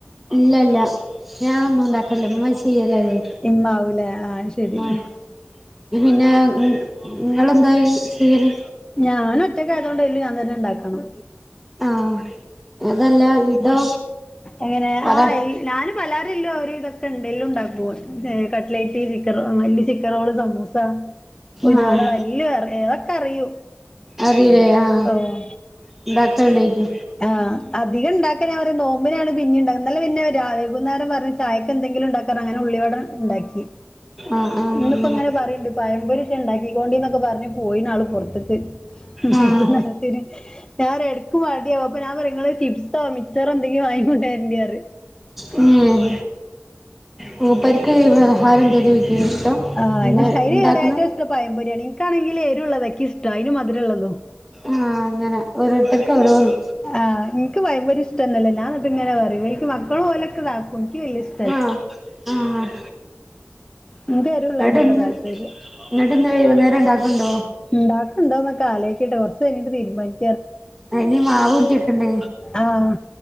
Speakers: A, in the centre; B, on the left.
A: ഇല്ലല്ല ഞാന ഒന്നും ഉണ്ടാക്കല്ല ഉമ്മച്ചി ചെയ്യലല്ലേ
B: ഇമ്മാവൂലേ ആഹ് ശരി
A: ആഹ് <unintelligible> പിന്നെ ങ്ങ് ങ്ങളന്തായി ചെയ്യല്
B: ഞാനൊറ്റയ്ക്കായതുകൊണ്ട് എല്ലു ഞാൻ തന്നെ ഉണ്ടാക്കണം
A: ആഹ് അതല്ല ഇതോ
B: എങ്ങനെ
A: പറ
B: ആഹ് ഈ ഞാന് പലാരെല്ലോ ഒരുവിതൊക്കെന്തേലുണ്ടാക്കും ഏഹ് കട്ട്ലൈറ്റ് ചിക്കറോ അങ്ങനെല്ല് സി ചിക്കറോള് സമൂസ ഉയ്ന്ന്
A: ആഹ്
B: വട എല്ലോ അറി അതൊക്കെ അറിയൂ
A: അറിയൂലേ ആഹ്
B: ഓ
A: ണ്ടാക്കൽണ്ടേയ്ക്കു
B: ആഹ് അധികംണ്ടാക്കല് അവര് നോമ്പിനാണ് പിന്നെണ്ടാക്ന്നെ ഇന്നല പിന്നെ രാ വൈകുന്നേരം പർഞ്ഞ് ചായക്ക്‌ എന്തെങ്കിലും ഉണ്ടാക്കാറ അങ്ങനെ ഉള്ളിവട ഉണ്ടാക്കി
A: ആഹ് ആഹ്
B: ഇന്നിപ്പോ
A: അങ്ങനെ
B: ഇങ്ങനെ പറയണ്ട് പയം പൊരി ക്കെണ്ടാക്കിക്കൊണ്ടിന്നൊക്കെ പറഞ് പോയിനാള് പൊർത്ത്ക്ക്‌ <unintelligible>
A: ആഹ്
B: ഞാൻ ഒരെടക്ക്‌ മടിയാവും അപ്പ ഞൻ നിങ്ങള് ചിപ്സോ മിച്ചറോ എന്തെങ്കിലും വാങ്ങികൊണ്ട് വരണ്ടി പറയും
A: ഉം മൂപ്പർക്ക് പലഹാരം എന്തേലും വെക്കണേ ഇഷ്ടം
B: ആഹ് അയ്ന്
A: എന്താ
B: ഇഷ് അയ്ന്
A: ഉണ്ടാക്കുന്ന
B: ഏറ്റവും ഇഷ്ടം പയംമ്പൊരിയാണ് ഇനിക്കാണെങ്കില് ഏരുവുള്ളത ഇക്കിഷ്ടം അതിന് മദുരൊള്ളതും
A: ആഹ് അങ്ങനെ ഓരോത്തർക്ക് ഓരോന്ന്
B: ആഹ് ഇൻക്ക് പയംപൊരി ഇഷ്ട്ടൊന്നുല്ല ഞാന്നിട്ട് ഇങ്ങനെ പറയൂ എനിക്ക് മക്കളും ഓലൊക്കെതാക്കും ഇൻക്ക് വല്ല്യഇഷ്
A: ആഹ് ആഹ്
B: ഇൻക്ക് എരുള്ളേയ്നോടാ
A: എന്നിട്ട് ഇന്ന്
B: താല്പര്യം
A: എന്നിട്ട് ഇന്ന് വൈകുന്നേരം ഉണ്ടാക്കുന്നുണ്ടോ
B: ഇണ്ടാക്ക്ണ്ടോന്നൊക്കെ ആലോയിക്കട്ടെ കൊർച്ച് കഴിഞ്ഞിട്ട് തീരുമാനി
A: അയ്ന് മാവൂട്ടി വെക്കണ്ടേ
B: ആഹ്